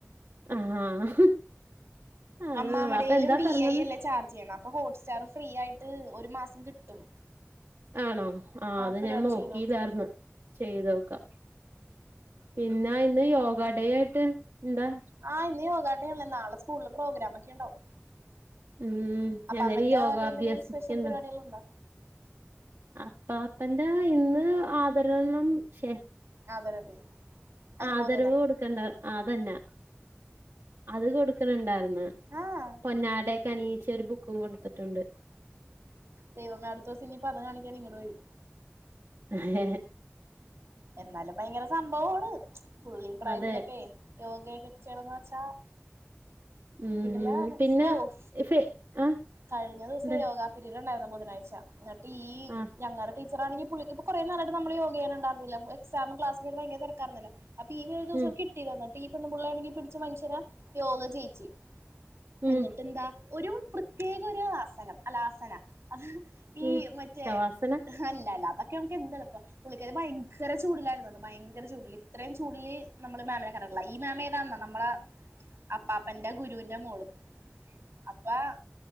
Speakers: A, on the right; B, on the right.
A: ആഹ് ആഹ് അത്
B: അമ്മാമ്മടെലും
A: കൊള്ളാം അപ്പൊ എന്താ
B: വി
A: പറഞ്ഞത്
B: ഐ അല്ലേ ചാർജ് ചെയ്യണ അപ്പൊ ഹോട്ട് സ്റ്റാർ ഫ്രീ ആയിട്ട് ഒരു മാസം കിട്ടും
A: ആണോ ആഹ് അത്
B: പരിപാടി
A: ഞാൻ നോക്കിയില്ലാർന്ന്
B: ചെയ്തോക്ക്
A: ചെയ്ത് നോക്കാം പിന്നെ ഇന്ന് യോഗ ഡേ ആയിട്ട് എന്താ
B: ആഹ് ഇന്ന് യോഗാ ഡേല്ലേ നാളെ സ്കൂളില് പ്രോഗ്രാം ഒക്കെ ഉണ്ടാകും
A: ഉം
B: അപ്പാപ്പന്റെ
A: എന്തേലും യോഗ
B: വക എന്തെങ്കിലും
A: അഭ്യസിക്ക്ണ്ടോ
B: സ്പെഷ്യൽ പരിപാടികൾ ഉണ്ടോ?
A: അപ്പാപ്പന്റെ ഇന്ന് ആദരവൊന്നും ശെ
B: ആദരവ് അനുമോദനം
A: ആദരവ് കൊടുക്കണ്ട, അതന്നെ, അത് കൊടുക്കണണ്ടായിരുന്നു.
B: ആഹ്
A: പൊന്നാടയൊക്കെ അണിയിച്ച് ഒരു ബുക്കും കൊടുത്തിട്ടുണ്ട്
B: ദൈവമേ അടുത്തൂസം ഇനീപ്പോ അതും കാണിക്കാൻ ഇങ്ങട് വരും.
A: ഏഹ്
B: എന്നാലും ഭയങ്കര സംഭവാണ്, പുള്ളീ പ്രായത്തിലൊക്കെ
A: അതെ
B: യോഗയൊക്കെ ചെയ്യണംന്ന് വെച്ചാ.
A: ഉം
B: കിടിലാണ്
A: പിന്നെ
B: ഓഹ്
A: ഫെ ആഹ്
B: കഴിഞ്ഞ ദിവസെ
A: എന്താ
B: യോഗ പിരീട് ഉണ്ടായിരുന്ന് ബുധനാഴ്ച എന്നിട്ട് ഈ
A: ആഹ്
B: ഞങ്ങടെ ടീ ടീച്ചറാണെങ്കിൽ പുളളിക്കിപ്പോ കുറെ നാളായിട്ട് നമ്മള് യോഗ ചെയ്യണുണ്ടായിര്ന്നില്ല എക്സാമും ക്ലാസ്സ്ക്കെ ആയിട്ട് ഭയങ്കര തെരകായ്ര്നില്ലെ. അപ്പൊ ഈ ഒരു ദിവസം
A: ഉം
B: കിട്ടിയത് വന്നിട്ട് ഈ പെണ്ണുംപിള്ളാണെങ്കി പിടിച്ച് മനുഷ്യനെ യോഗ ചെയ്യിച്ച്.
A: ഉം
B: എന്നിട്ടെന്താ ഒരു പ്രത്യേക ഒരു ആസനം, അല്ല ആസന. ഈ
A: ഉം
B: മറ്റേ
A: ശവാസന
B: അല്ലല്ല അതൊക്കെമുക്ക് എന്ത്ള്പ്പം പുള്ളിക്കാരി ഭയങ്ക ങ്കര ചൂട്ലായിര്ന്നന്ന്, ഭയങ്കര ചൂട്ല്, ഇത്രേം ചൂടില് നമ്മള് മാമിനെ കണ്ടിട്ടില്ല. ഈ മാമേതാന്ന നമ്മള അപ്പാപ്പന്റെ ഗുരൂന്റെ മോള്. അപ്പാ